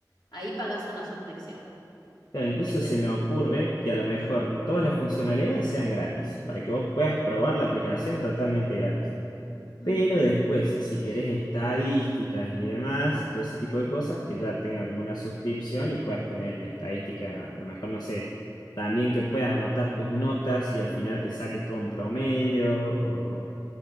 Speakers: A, on the left; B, on the left.
A: ahí pagás una suscripción,
B: Claro, incluso
A: ¿viste?
B: se me ocurre que a lo mejor todas las funcionalidades sean gratis, para que vos puedas probar la aplicación totalmente gratis.
A: Ujú,
B: Pero después, si querés estadísticas y demás, todo ese tipo de cosas, que ya tenga como una suscripción y puedas tener una estadística, a lo mejor, no sé, también que puedas anotar tus notas y al final te saque todo un promedio, o